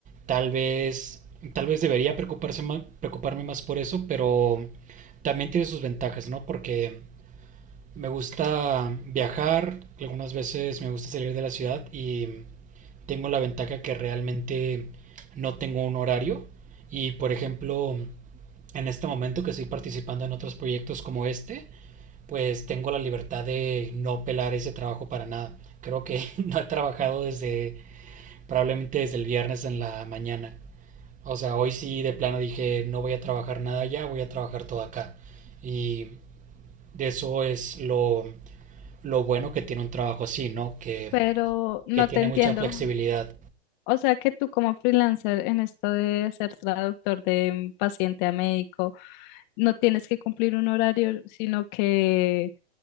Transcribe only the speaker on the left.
pero no
te entiendo.
O sea que tú como freelancer en esto de ser traductor de paciente a médico, no tienes que cumplir un horario, sino que,